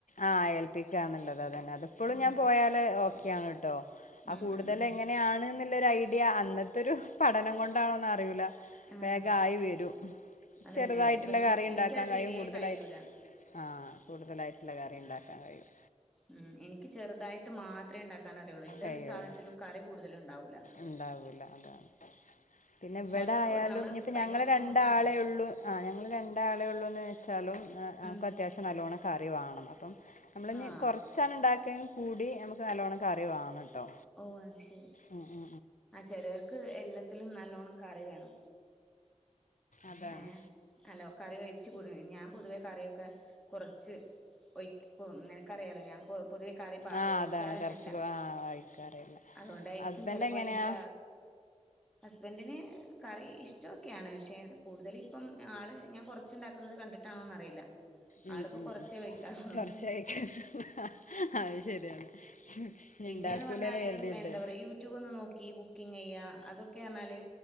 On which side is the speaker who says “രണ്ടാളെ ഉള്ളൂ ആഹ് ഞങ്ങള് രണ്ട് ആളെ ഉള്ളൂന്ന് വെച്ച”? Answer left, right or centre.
Left